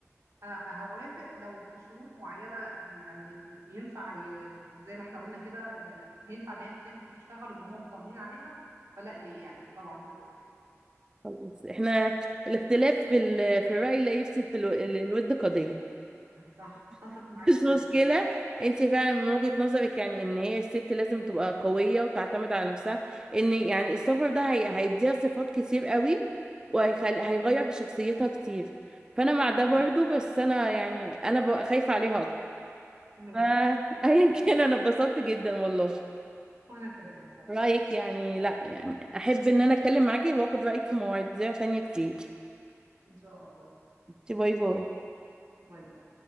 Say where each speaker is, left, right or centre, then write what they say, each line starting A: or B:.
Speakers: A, on the right; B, on the right.
A: انا هوافق لو في شروط معينة يعني ينفع ي... زي ما احنا قلنا كده آه، هينفع ان هي تسافر وتشتغل ويبقى هم مطمنين عليها فلا ليه يعني طبعا تقدر يعني
B: خلاص احنا الاختلاف في ال- في الرأي لا يفسد في الو- الود قضية
A: صح اتفق
B: <laughs>
A: معاكي
B: مش
A: جدا
B: مشكلة انت فعلا من وجهة نظرك يعني ان هي الست لازم تبقى قوية وتعتمد على نفسها ان يعني السفر ده هي... هيديها صفات كتير قوي وهيخل... هيغير في شخصيتها كتير فانا مع ده
A: أكيد.
B: برضو بس انا يعني انا ببقى خايفة عليها اكتر
A: ماشي
B: فايا <laughs> كان انا اتبسطت جدا والله
A: <laughs> وانا كمان يا حبيبي
B: رأيك يعني لا يعني احب ان انا اتكلم معاكي واخد رأيك في مواضيع تانية كتير
A: ان شاء الله
B: باي باي
A: باي باي